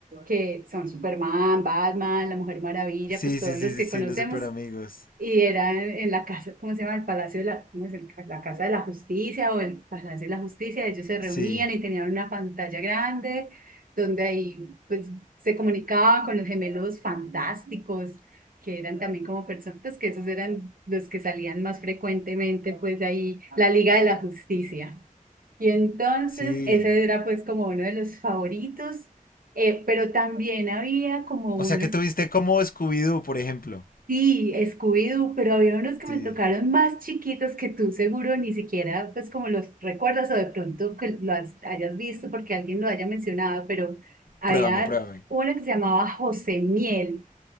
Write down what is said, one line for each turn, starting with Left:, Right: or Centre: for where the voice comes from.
Right: que son Superman, Batman, la Mujer Maravilla,
Left: Sí,
Right: pues todos
Left: sí, sí,
Right: los
Left: sí,
Right: que
Left: sí,
Right: conocemos.
Left: los super amigos.
Right: Y era en, en la casa, ¿cómo se llama? El Palacio de la, ¿cómo es el ca- la Casa de la Justicia o el Palacio de la Justicia. Ellos se reunían
Left: Sí,
Right: y tenían una pantalla grande donde ahí pues se comunicaban con los gemelos fantásticos, que eran también como personas, pues que esos eran los que salían más frecuentemente, pues ahí la Liga de la Justicia. Y entonces
Left: sí.
Right: ese era pues como uno de los favoritos. Eh, pero también había como
Left: O
Right: unos
Left: sea que tuviste como Scooby-Doo, por ejemplo.
Right: Sí, Scooby-Doo, pero había unos que
Left: Sí.
Right: me tocaron más chiquitos que tú seguro ni siquiera, pues como los recuerdas o de pronto que lo has- hayas visto porque alguien lo haya mencionado, pero había
Left: Pruébame, pruébame.
Right: una que se llamaba José Miel.